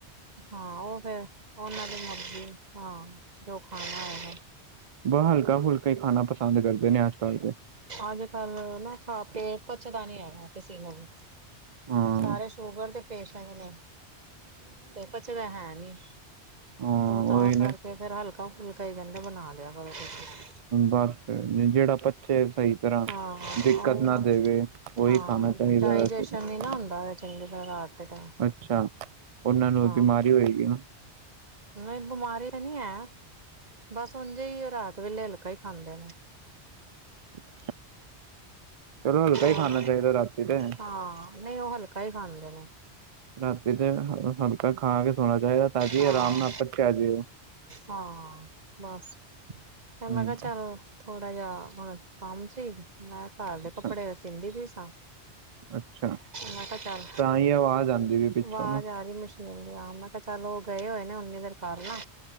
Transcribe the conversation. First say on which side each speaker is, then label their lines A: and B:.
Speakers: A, on the right; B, on the right.
A: ਹਾਂ ਉਹ ਫੇਿਰ ਉਹਨਾਂ ਦੀ ਮਰਜ਼ੀ ਹਾਂ ਜੋ ਖਾਣਾ ਉਹਨੇ
B: ਬ ਹਲਕਾ ਫੁਲਕਾ ਹੀ ਖਾਣਾ ਪਸੰਦ ਕਰਦੇ ਨੇ ਅੱਜ ਕੱਲ੍ਹ ਦੇ।
A: ਅੱਜ ਕੱਲ ਨਾ ਖਾ ਕੇ ਪਚਦਾ ਨੀ ਹੈਗਾ ਕਿਸੇ ਨੂੰ ਵੀ।
B: ਹਾਂ
A: ਸਾਰੇ ਸ਼ੂਗਰ ਦੇ ਪੇਸ਼ੈਂਟ ਨੇ ਤੇ ਪਚਦਾ ਹੈ ਨੀ।
B: ਹਾਂ
A: ਤਾਂ
B: ਉਹੀ ਨੇ
A: ਕਰਕੇ ਫੇਰ ਹਲਕਾ ਫੁਲਕਾ ਕਹਿੰਦੇ ਬਣਾ ਲਿਆ ਕਰੋ ਤੁਸੀਂ
B: ਬਸ ਫਿਰ ਜਿਹੜਾ ਪ ਚੇ ਸਹੀ ਤਰ੍ਹਾਂ
A: ਹਾਂ
B: ਦਿੱਕਤ
A: ਉਹੀ
B: ਨਾ ਦੇਵੇ ਉਹੀ
A: ਹਾਂ
B: ਖਾਣਾ ਚਾਹੀਦਾ
A: ਡਾਇਜੈਸ਼ਨ
B: ਵੈਸੇ ਤਾਂ।
A: ਨੀ ਨਾ ਹੁੰਦਾ ਚੰਗੀ ਤਰ੍ਹਾਂ ਰਾਤ ਦੇ ਟਾਈਮ
B: ਅੱਛਾ ਉਹਨਾਂ ਨੂੰ
A: ਤਾਂ
B: ਬਿਮਾਰੀ ਹੋਏਗੀ ਨਾ।
A: ਬਿਮਾਰੀ ਤਾਂ ਨੀ ਹੈ ਬਸ ਉਝੇ ਹੀ ਉਹ ਰਾਤ ਵੇਲੇ ਹਲਕਾ ਹੀ ਖਾਂਦੇ ਨੇ।
B: ਅੱ ਚਲੋ ਹਲਕਾ ਹੀ ਖਾਣਾ
A: ਹੋਰ
B: ਚਾਹੀਦਾ ਰਾਤੀ ਤੇ।
A: ਹਾਂ ਨਹੀਂ ਉਹ ਹਲਕਾ ਹੀ ਖਾਂਦੇ ਨੇ।
B: ਰਾਤੀ ਤੇ ਹਲਕਾ ਖਾ ਕੇ ਸੋਣਾ ਚਾਹੀਦਾ ਤਾਂ ਕਿ
A: ਹਾਂ
B: ਆਰਾਮ ਨਾਲ ਪਚਿਆ ਜਾਵੇ।
A: ਹਾਂ ਬਸ, ਮੈ
B: ਹੂੰ
A: ਕਿਹਾ ਚੱਲ। ਥੋੜਾ ਜਹਾ ਹੁਣ ਕੰਮ ਸੀ ਮੈਂ ਘਰਂ ਦੇ
B: ਅੱਛਾ
A: ਕੱਪੜੇ ਸੀਦੀ ਵੀ ਸਾਂ।
B: ਅੱਛਾ
A: ਮੈਂ ਕਿਹਾ ਚੱਲ,
B: ਤਾਂ ਹੀ ਆਵਾਜ਼ ਆਉਂਦੀ ਵੀ ਪਿੱਛੋਂ
A: ਆਵਾਜ਼
B: ਨਾ
A: ਆ ਰਹੀ ਮੁਸ਼ ਆ ਮੈਂ ਕਿਹਾ ਚੱਲ ਉਹ ਗਏ ਹੋਏ ਨੇ ਉਓਨੀ ਦੇਰ ਕਰ ਲਾ